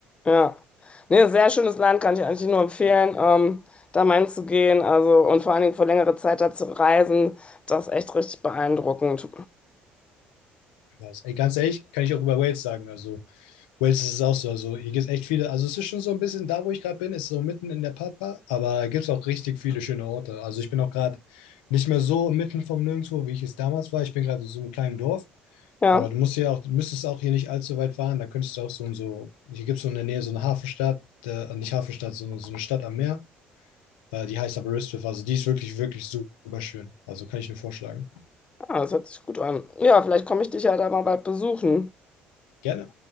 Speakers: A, on the left (about 25°); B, on the left (about 85°).
A: Ja. Nee, sehr schönes Land, kann ich eigentlich nur empfehlen, ähm, da mal hinzugehen. Also und vor allen Dingen für längere Zeit da zu reisen, das ist echt richtig beeindruckend.
B: Was- Ey, ganz ehrlich, kann ich auch über Wales sagen. Also, Wales ist es auch so. Also, hier gibt es echt viele. Also, es ist schon so ein bisschen da, wo ich gerade bin, ist so mitten in der Pampa, aber gibt es auch richtig viele schöne Orte. Also, ich bin auch gerade nicht mehr so mitten vom Nirgendwo, wie ich es damals war. Ich bin gerade in so einem kleinen Dorf.
A: Ja.
B: Aber du musst ja auch, müsstest auch hier nicht allzu weit fahren. Da könntest du auch so und so, hier gibt es so in der Nähe so eine Hafenstadt, äh, nicht Hafenstadt, sondern so eine Stadt am Meer. Äh, die heißt aber Ristwiff. Also die ist wirklich, wirklich super schön. Also kann ich nur vorschlagen.
A: Ah, das hört sich gut an. Ja, vielleicht komme ich dich ja da mal bald besuchen.
B: Gerne.